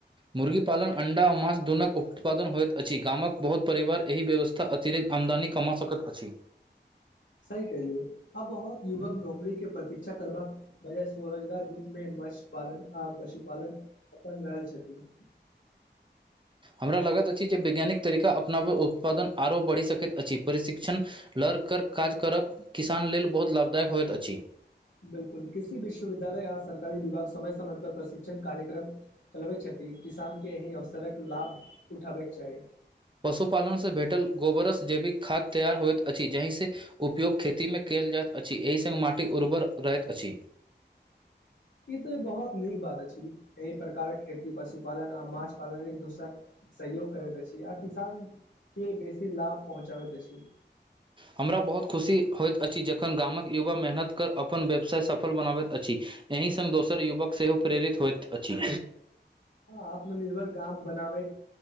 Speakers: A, on the right (about 25°); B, on the left (about 80°).
A: मुर्गीपालन अंडा आ मााँस दुनक उत्पादन होइत अछि गामक बहुत परिवार एहि व्यवस्था अतिरिक्त आमदानी कमा सकैत अछि
B: सही कहलिये आब बहुत युवक नौकरी के प्रतीक्षा करबाक वजह स्वरोजगार रूप मे मस पालन आ पशुपालन अपन रहल छथिन
A: हमरा लागत अछि जे वैज्ञानिक तरीका अपनाबै उत्पादन आरो बढ़ि सकैत अछि प्रशिक्षण लड़ कर काज करब किसान लेल बहुत लाभदायक होइत अछि
B: बिलकुल किसी विश्वविद्यालय आ सरकारी विभाग समय समय पर प्रशिक्षण कार्यक्रम। चलबै छथि। किसान के एहि अवसरक लाभ उठाबैके चाही।
A: पशुपालन से भेटल गोबर सँ जैविक खाद्य तैयार होयइत अछि जहिसँ। उपयोग खेतीमे कयल जाइत अछि एहि संग माटि उर्वर रहैत अछि।
B: ई तो बहुत नीक बात अछि एहि प्रकारक खेती पशु पालन आ माछ पालन एक दोसरा सहयोग करैत अछि आ किसान के बेसी लाभ पहुँचाबैत अछि।
A: हमरा बहुत खुशी होइत अछि जखन गामक युवा मेहनत कर अपन व्यवसाय सफल बनाबैत अछि एहि संग दोसर युवक सेहो प्रेरित होइत अछि
B: आत्मनिर्भर गाम बनाबे